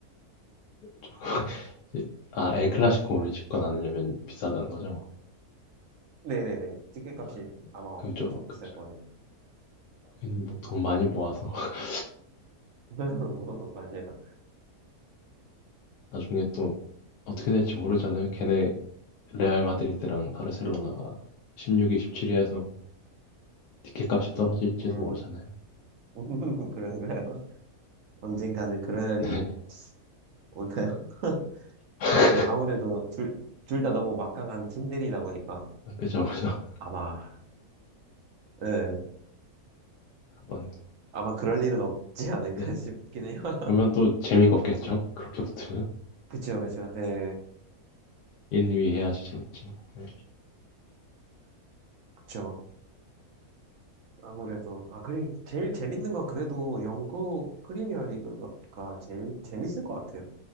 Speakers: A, on the left; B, on the right.
A: <laughs> 아, 엘클라시코를 집권하려면 비싸다는 거죠.
B: 네네네. 티켓
A: 아,
B: 값이 아마 엄청
A: 그죠,
B: 비쌀
A: 그죠.
B: 거예요.
A: 여기는 뭐 돈 많이 모아서 <laughs>
B: <laughs> 맞아요.
A: 나중에 또 어떻게 될지 모르잖아요. 걔네 레알 마드리드랑 바르셀로나가 16위, 17위 해서 티켓값이 떨어질지도
B: 음,
A: 모르잖아요.
B: <laughs> 그런가요? 언젠가는 그럴 날이
A: 네.
B: 올까요? <laughs>
A: <laughs>
B: 근데 아무래도 둘, 둘 다 너무 막강한 팀들이다 보니까
A: 그죠, 그죠.
B: 아마, 예,
A: 한번.
B: 아마 그럴 일은 없지 않을까
A: 네.
B: <laughs> 싶긴 해요. <laughs>
A: 그러면 또 재미가 없겠죠? 그렇게 붙으면.
B: 그쵸, 그쵸, 예,
A: 1, 2위 해야지 재밌지. 네.
B: 그쵸. 아무래도, 아, 그리, 제일 재밌는 건 그래도 영국 프리미어 리그가 제일 재밌을 것 같아요.